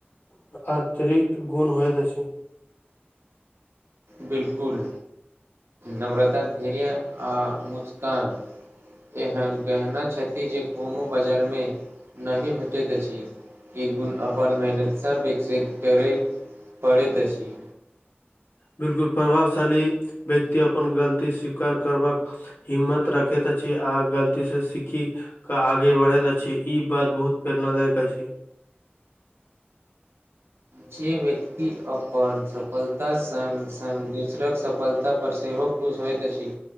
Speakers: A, on the left (about 60°); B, on the right (about 80°).
A: अतिरिक्त गुण होयत अछि
B: बिलकुल नम्रता धर्या आ मुस्कान एहन कहने छथि जे कोनो बजारमे नहि भेटैत अछि इ गुण अपन मेहनत सऽ विकसीकरै पड़ैत अछि
A: बिलकुल प्रभावशाली व्यक्ति अपन गलती स्वीकार करबाक हिम्मत रखैत अछि आ गलती स सीखी क आगे बढ़ैत अछि ई बात बहुत प्रेरणादायक अछि
B: जे व्यक्ति अपन सफलता संग संग दोसरक सफलता पर सेहो खुश होइत अछि